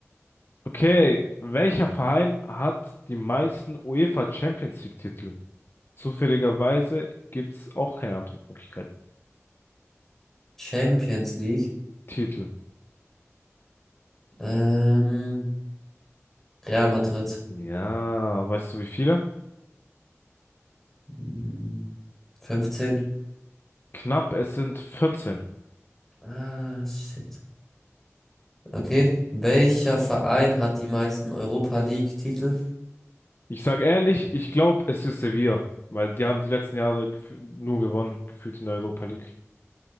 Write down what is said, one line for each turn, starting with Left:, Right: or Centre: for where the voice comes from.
Left: Okay, welcher Verein hat die meisten UEFA Champions League Titel? Zufälligerweise gibt's auch keine Antwortmöglichkeit.
Centre: Champions League.
Left: Titel.
Centre: Ähm, Real Madrid.
Left: Ja, weißt du wie viele?
Centre: Hm, 15.
Left: Knapp, es sind 14.
Centre: Ah, shit. Okay. Welcher Verein hat die meisten Europa League-Titel?
Left: Ich sag ehrlich, ich glaube, es ist Sevilla, weil die haben die letzten Jahre gefü- nur gewonnen, gefühlt in der Europa League.